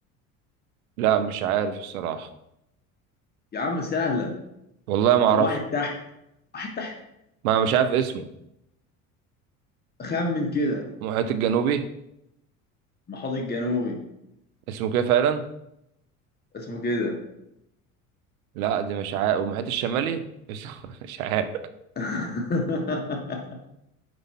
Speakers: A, on the right (about 75°); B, on the left (about 20°).
A: لا مش عارف الصراحة
B: يا عم سهلة
A: والله ما
B: طب
A: اعرف
B: واحد تحت واحد تحت
A: ما مش عارف اسمه
B: خمن كده
A: المحيط الجنوبي
B: المحيط الجنوبي
A: اسمه كده فعلا
B: اسمه كده
A: لا دي مش عارف والمحيط الشمالي بس- <laughs> مش عارف
B: <laughs>